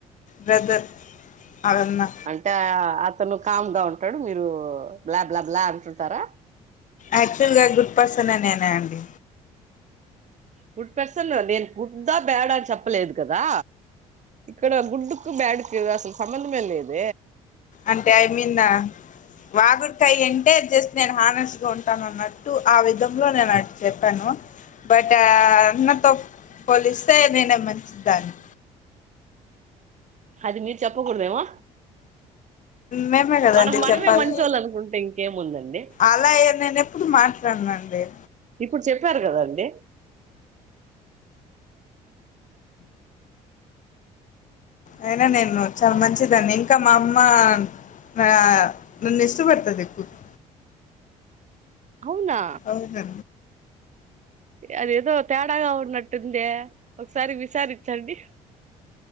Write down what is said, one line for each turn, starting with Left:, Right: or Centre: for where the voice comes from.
Left: బ్రదర్ అదన్నా
Right: అంటే అతను కామ్ గా ఉంటాడు మీరు బ్లా బ్లా బ్లా అంటుంటారా
Left: యాక్చువల్ గా గుడ్ పర్సన్నేనా అండి
Right: గుడ్ పర్సన్ నేను గుడ్ దా బ్యాడ్ అని చెప్పలేదు కదా ఇక్కడ గుడ్డుకు బ్యాడ్కి అసలు సంబంధమే లేద
Left: అంటే ఐ మీన్ వాగుడ్కాయ ఎంటే జస్ట్ నేను హాన ఉంటాను అన్నట్టు ఆ విధంలో నేను అటు చెప్పాను బట్ అన్నతో పోలిస్తే నేనే మంచిదాన్ని
Right: అది మీరు చెప్పకూడదవా
Left: మేమే కదండి
Right: మనకు మనమే
Left: చెప్పాలి
Right: మంచోళ్ళు అనుకుంటే ఇంకేముందండి
Left: అలా నేను ఎప్పుడు మాట్లాడినండి అే
Right: ఇప్పుడు చెప్పారు కదండి
Left: అయినా నేను చాలా మంచిదన్ని ఇంకా మా అమ్మ నా నన్ను ఇష్టపడతది ఎక్కువగా
Right: అవునా
Left: అవున
Right: అదేదో తేడాగా ఉన్నట్టుందే ఒకసారి విచారించండి